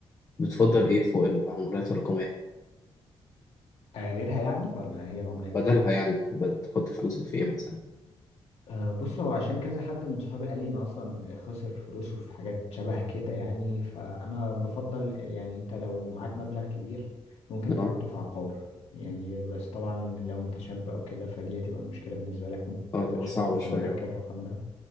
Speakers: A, on the left; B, on the left.
A: بتفضل
B: قول
A: ايه فوق العملات الرقميه
B: آه، غيرها يعني ولا هي العملات
A: بدلها يعني بتحط فلوسك في ايه مثلا
B: أه بص هو عشان كذا حد من صحابي قال لي ان اصلا خسر فلوسه في حاجات شبه كده يعني فانا بفضل يعني انت لو معاك مبلغ كبير ممكن تحطه
A: اه
B: في عقار يعني بس طبعا لو انت شاب او كده فدي هتبقى مشكلة بالنسبة لك ممكن
A: اه
B: ميبقاش
A: تبقى صعبه
B: متوفر
A: شويه
B: معاك
A: اه
B: الرقم ده